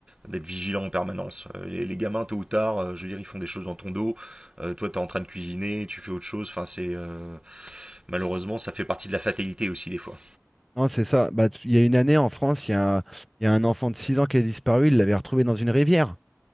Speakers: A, on the right; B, in the centre.
A: d'être vigilant en permanence. Euh, Les, les gamins, tôt ou tard, euh, je veux dire, ils font des choses dans ton dos. Euh, toi, tu es en train de cuisiner, tu fais autre chose. Enfin, c'est. euh, malheureusement, ça fait partie de la fatalité aussi, des fois.
B: non, c'est ça. Bah, tu- il y a une année en France, il y a, il y a un enfant de 6 ans qui a disparu, il l'avait retrouvé dans une rivière.